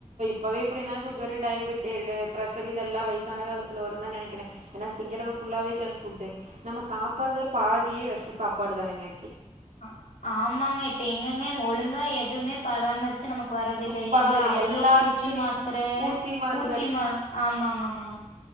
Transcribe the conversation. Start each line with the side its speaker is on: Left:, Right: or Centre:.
Right: இப்பவே இப்புடின்னா சுகர் டயபெட்டிடு ப்ரெஷர் இதெல்லா வயசான காலத்தில வருதா நெனைக்கிறே ஏன்னா திங்கிறது ஃபுல்லாவே ஜங்க் ஃபுட்டு நம்ம சாப்புறதுல பாதியே வெஷ சாப்பாடுதானுங்க
Left: அ ஆமாங்க இப்ப எங் எங்கங்க ஒழுங்கா எதுவுமே பராமரிச்சி நமக் க்வரது
Right: புக்
Left: இல்ல இல்லிங்களா
Right: வரதில்ல
Left: அவ்ளோ
Right: எல்லாத்துலயுமே
Left: பூச்சி மாத்திர
Right: பூச்சி மருந்து
Left: பூச்சிமா ஆமாங்க ஆமாங்க